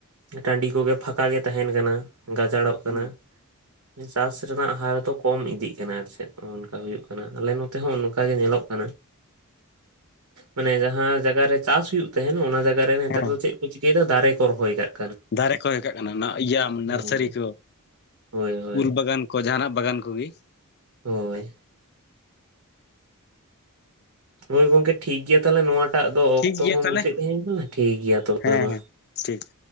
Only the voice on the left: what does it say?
ᱦᱩᱸ
ᱦᱮᱸ
ᱫᱟᱨᱮ ᱠᱚ ᱤᱭᱟᱹ ᱠᱟᱜ ᱠᱟᱱᱟ ᱟᱻ ᱤᱭᱟᱹ
ᱱᱟᱨᱥᱟᱨᱤ ᱠᱚ ᱾
ᱩᱞ ᱵᱟᱜᱟᱱ ᱠᱚ ᱡᱟᱦᱟᱸᱱᱟᱜ ᱵᱟᱜᱟᱱ ᱠᱚᱜᱮ ᱾
ᱴᱷᱤᱠ
ᱜᱮᱭᱟ
ᱛᱟᱦᱚᱞᱮ
ᱦᱮᱸ
ᱦᱮᱸ
ᱴᱷᱤᱠ ᱾